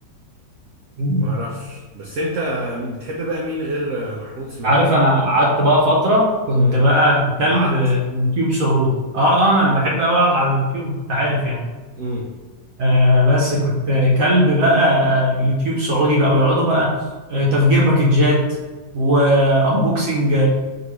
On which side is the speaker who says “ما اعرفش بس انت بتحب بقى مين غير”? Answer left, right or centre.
Right